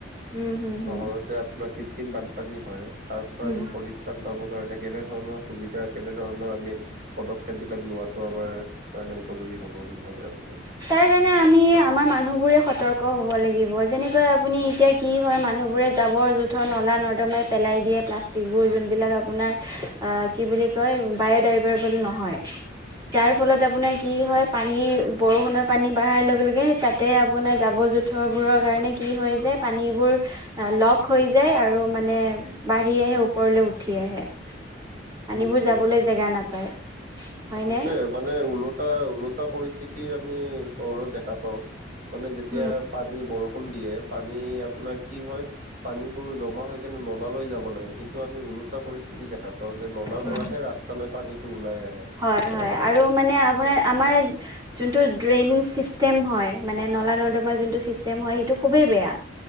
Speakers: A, on the right; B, on the right.
A: উম উম
B: চহৰত
A: উম
B: যে আপোনাৰ কৃত্ৰিম বানপানী হঁয় তাৰ পৰা আমি
A: উম
B: পৰি- চান পাবৰ কাৰণে কেনেধৰণৰ সুবিধা কেনে ধৰণৰ আমি পদক্ষেপ বিলাক লোৱাত- টো আমাৰ কাৰণে উপযোগী হ'ব বুলি ভাবে আপুনি।
A: তাৰ কাৰণে আমি আমাৰ মানুহ বোৰে সতৰ্ক হব লাগিব যেনেকৈ আপুনি এতিয়া- কি হয় মানুহবোৰে জাবৰ জোথৰ নলা নৰ্দমাই পেলাই দিয়ে প্লাষ্টিকবোৰ যোনবিলাক আপোনাৰ- অঁ কি বুলি কয় বায়'ডাইভাৰবল নহয়। যাৰ ফলত আপোনাৰ কি হয় পানীৰ- বৰষুণৰ পানী বাঢ়াৰ লগে লগে তাতে আপোনাৰ জাবৰ জোঁথৰবোৰৰ কাৰণে কি হয় যে পানীবোৰ অঁ লগ হৈ যায় আৰু মানে বাঢ়ি আহে ওপৰলৈ উঠি আহে। পানীবোৰ
B: উম
A: যাবলৈ জেগা নাপায়। হয়নে
B: সেইটোয়ে মানে ওলটা ওলটা পৰিস্থিতি আমি চহৰত দেখা পাওঁ। মানে যেতিয়া
A: উম
B: পানী বৰষুণ দিয়ে পানী আপোনাৰ কি হয়ঁ। পানীবোৰ জমা হৈ কিনে নলালৈ যাব লাগে কিন্তু আমি ওলো এটা পৰিস্থিতি দেখা পাওঁ যে নলাৰ
A: উম
B: পৰাহে ৰাস্তালৈ পানীটো ওলাই আহে।
A: হয় হয় আৰু মানে আপোনাৰ আমাৰ- যোনটো ড্ৰেইন চিষ্টেম হয় মানে নলা নৰ্দমাৰ যোনটো চি- তেম হয় সেইটো খুবেই বেয়া।